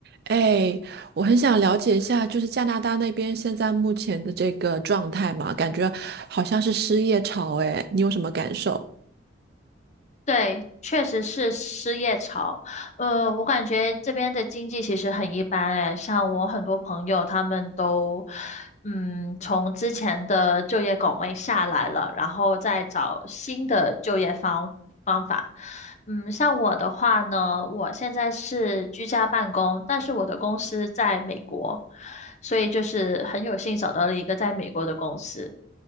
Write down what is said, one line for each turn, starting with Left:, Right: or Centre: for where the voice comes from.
Right: 哎，我很想了解一下，就是加拿大那边现在目前的这个状态嘛，感觉好像是失业潮，哎，你有什么感受？
Left: 对，确实是失业潮。呃，我感觉这边的经济其实很一般哎，像我很多朋友他们都，嗯，从之前的就业岗位下来了，
Right: <laughs>
Left: 然后再找新的就业方方法。嗯，像我的话呢，我现在是居家办公，但是我的公司在美国，所以就是很有幸找到了一个在美国的公司。